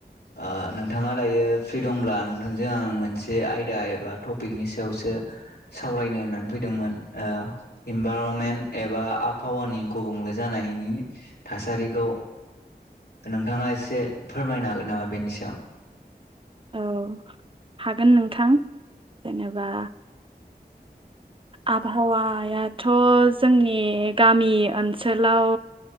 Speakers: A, on the left (about 85°); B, on the right (about 30°).
A: ओ नोंथाङा दायो फ्रि दंब्ला नोंथांजों आं मोनसे आयदा एबा टपिकनि सायावसो सावरायनो होननानै फैदोंमोन ओ इनभारमेन्ट एबा आबहावानि गुबुंले जानायनि थासारिखौ नोंथाङा एसे फोरमायनो हागोन नामा बेनि सायाव
B: औ हागोन नोंथां जेनेबा आबहावायाथ जोंनि गामि ओनसोलाव